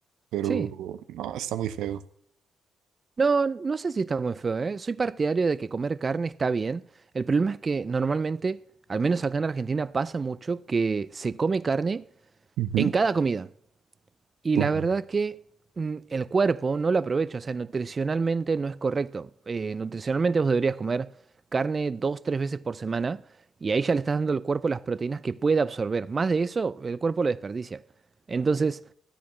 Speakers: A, on the right; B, on the right.
A: Pero
B: Sí.
A: no, está muy feo.
B: No, no sé si está muy feo, ¿eh? Soy partidario de que comer carne está bien. El problema es que normalmente, al menos acá en Argentina, pasa mucho que se come carne
A: Ujú,
B: en cada comida. Y
A: ujú,
B: la verdad que mm, el cuerpo no lo aprovecha, o sea, nutricionalmente no es correcto. Eh, nutricionalmente vos deberías comer carne dos, tres veces por semana y ahí ya le estás dando al cuerpo las proteínas que puede absorber. Más de eso, el cuerpo lo desperdicia. Entonces,